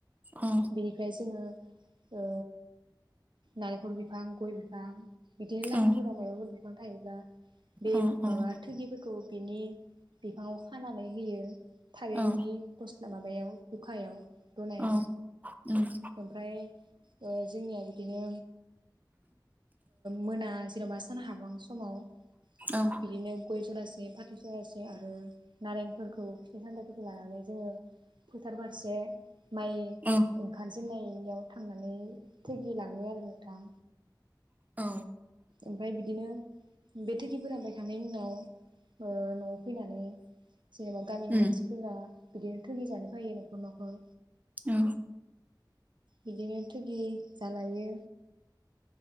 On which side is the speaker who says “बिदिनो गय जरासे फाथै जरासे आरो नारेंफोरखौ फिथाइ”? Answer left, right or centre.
Right